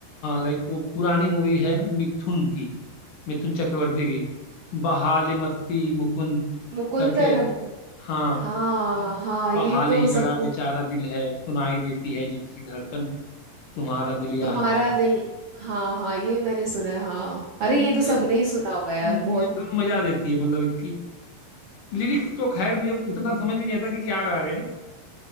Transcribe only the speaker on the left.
लाइक वो पुरानी मूवी है ना, मिथुन की मिथुन चक्रवर्ती की बहाल मस्ती मुकुंद
करके हाँ
बहाल
ही
जड़ा बेचारा दिल है सुनाई देती है जिसकी धड़कन तुम्हारा दिल या
हमारा दिल
मुझे
मुझे
धुन मजा देती है मतलब इसकी लिरिक्स तो खैर मुझे उतना समझ में नहीं आता कि क्या गा रहे हैं